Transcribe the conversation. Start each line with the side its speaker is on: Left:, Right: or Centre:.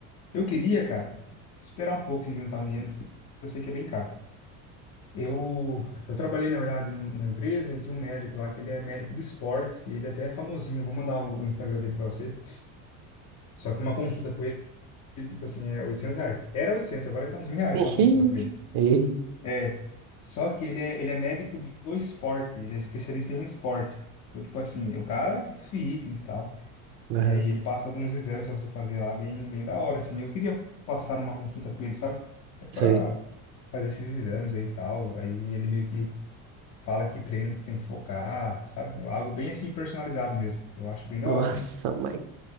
Left: Eu queria, cara, esperar um pouco sem juntar um dinheiro, porque eu sei que é bem caro. Eu, eu trabalhei, na verdade, num- numa empresa e tinha um médico lá, que ele é médico do esporte, e ele até é famosinho. Vou mandar o, o Instagram dele pra você. Só que uma consulta com ele, ele, tipo assim, é 800 reais. Era 800, agora tá uns mil reais
Right: <laughs>
Left: uma consulta com ele.
Right: Ih,
Left: É, só que ele é, ele é médico do esporte, ele é especialista em esporte. Então, tipo assim, o cara é tipo fitness e tal.
Right: aham,
Left: E aí ele passa alguns exames pra você fazer lá bem, bem da hora, assim. Eu queria passar numa consulta com ele, sabe? É pra
Right: sei.
Left: fazer esses exames aí e tal. Aí ele meio que fala que treino que você tem que focar, sabe? Algo bem assim personalizado mesmo. Eu acho bem da
Right: Nossa,
Left: hora,
Right: mas